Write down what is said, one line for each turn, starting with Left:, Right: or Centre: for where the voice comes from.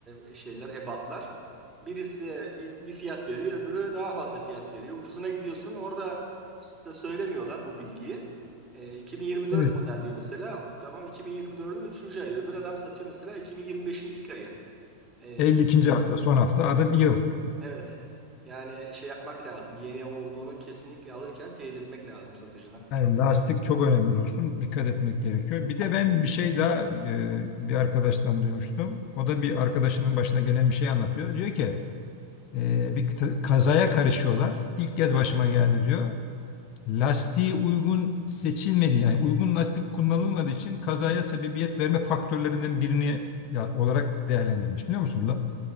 Right: e, şeyler, ebatlar. Birisi bir, bir fiyat veriyor, öbürü daha fazla fiyat veriyor. Ucuzuna gidiyorsun. Orada da söylemiyorlar bu bilgiyi. E, 2024
Left: Evet.
Right: model diyor mesela. Tamam 2024'ün üçüncü ayı. Öbür adam satıyor mesela 2025'in ilk ayı. E,
Left: 52. hafta, son hafta, adı bir yıl.
Right: Evet. Yani şey yapmak lazım. Yeni olduğunu kesinlikle alırken teyit etmek lazım satıcıdan.
Left: Yani lastik çok önemli dostum. Dikkat etmek gerekiyor. Bir de ben bir şey daha e, bir arkadaştan duymuştum. O da bir arkadaşının başına gelen bir şey anlatıyor. Diyor ki Ee, bir kıta- kazaya karışıyorlar. İlk kez başıma geldi diyor. Lastiği uygun seçilmedi yani uygun lastik kullanılmadığı için kazaya sebebiyet verme faktörlerinden birini ya, olarak değerlendirilmiş biliyor musun? La-